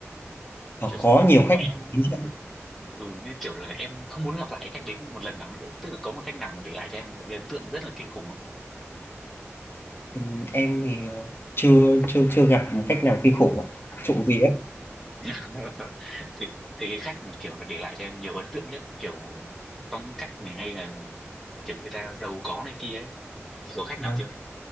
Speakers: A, on the left; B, in the centre.
A: ờ,
B: kiểu
A: có nhiều
B: kiểu
A: khách
B: mà em
A: hàng đến cho em.
B: ừ như kiểu là em không muốn gặp lại cái khách đấy một lần nào nữa ấy. tức là có một khách nào mà để lại cho em một cái ấn tượng rất là kinh khủng không
A: Ừm, em thì ờ, chưa chưa chưa gặp một khách nào kinh khủng ạ trộm vía
B: <laughs> thì thì cái khách mà kiểu nó để lại cho em nhiều ấn tượng nhất kiểu phong cách này hay là kiểu người ta giàu có này kia ấy thì có khách nào
A: Ờ,
B: chưa